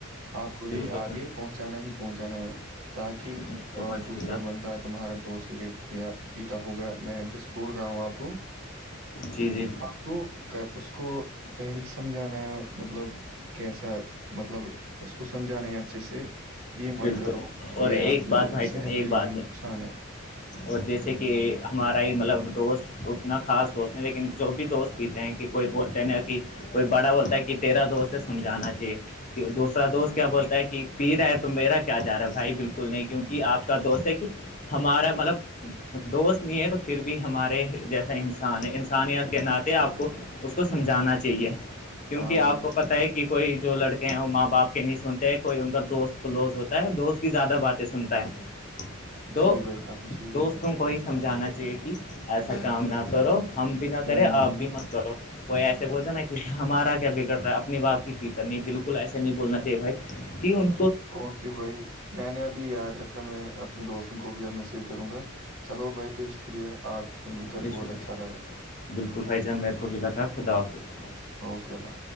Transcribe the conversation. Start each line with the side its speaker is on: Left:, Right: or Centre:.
Right: آپ کو یہ
Left: بالکل
Right: آگے پہنچانا ہی پہنچانا ہے تاکہ
Left: بالکل ماشاء
Right: دوسرا
Left: اللہ
Right: بندہ تمہارا دو س ریٹ پیا پیتا ہوگا میں جسٹ بول رہا ہوں آپ کو
Left: جی جی
Right: آپ کو کر اس کو پہلے سمجھانا ہے مطلب کہسا مطلب اس کو سمجھانا اچھے سے یہ مت
Left: بالکل
Right: کرو
Left: اور
Right: یہ
Left: ایک
Right: آپ کے
Left: بات بھائی
Right: صحت
Left: جان ایک
Right: کے لیے
Left: بات
Right: نقصان ہے
Left: اور جیسے کہ ہمارا ہی مطلب دوست اتنا خاص دوست نہیں لیکن جو بھی دوست پیتے ہیں کہ کوئی بولتے ہیں نا کہ کوئی بڑا بولتا ہے ک تیرا دوست ہے سجھانا چاہیے کہ دوسرا دوست کیا بولتا ہے کہ پیر تو تو میرا کیا جا رہا ہے بھائی بالکل نہیں کیونکہ آپ کا دوست ہے کہ ہمارا مطلب دوست نہیں ہے تو پھر بھی ہمارے جیسا انسان ہے انسانیت کے ناتے آپ کو اس کو سمجھانا چاہیے کیونکہ
Right: ہاں
Left: آپ
Right: بھائی ہاں
Left: کو پتا ہے کہ کوئی جو لڑکے ہیں وہ ماں باپ کے نہیں سنتے ہیں کوئی ان کا دوست کلوز ہوتا ہے دوست کی زیادہ باتیں سنتا ہے تو
Right: جی بھائی آپ نے صحیح بات
Left: دوستوں کو ہی سمجھانا چاہیے کہ ایسا کام نہ کرو ہم بھی نہ
Right: ہوں
Left: کریں آپ
Right: ہوں
Left: بھی مت کرو کوئی ایسے بولتا نا کہ ہمارا کیا بگڑ رہا ہے اپنے باپ کی پیتر نہیں بالکل ایسے نہیں بولنا چاہیے بھائی کی ہن
Right: اوکے بھائی میں نے ابھی یاد رکھا میں اپنے دوستوں کو بھی اب میں شیئر کروں گا چلو بھائی شکریہ آپ سے مل
Left: شکریہ
Right: کر بہت
Left: شکریہ
Right: اچھا لگا
Left: بالکل بھائی جان میرے کو بھی لکھا خدا حافظ
Right: اوکے الا